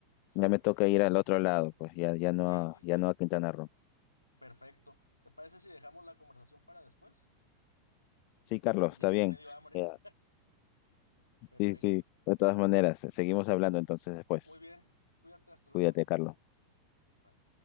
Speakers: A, on the left; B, on the left.
A: Sí,
B: ya me toca ir al otro lado, pues ya, ya no,
A: sí,
B: a-
A: sí, sí.
B: ya no a Quintana Roo.
A: Perfecto. ¿Te parece si dejamos la conversación para después?
B: Sí,
A: Que,
B: Carlos,
A: que
B: está
A: ya que
B: bien.
A: ya me dio hambre.
B: Ya,
A: <laughs> Perfecto.
B: Sí, sí, de todas maneras, seguimos hablando entonces después.
A: Muy bien. Cuídate, hasta luego.
B: Cuídate, Carlos.
A: Bye.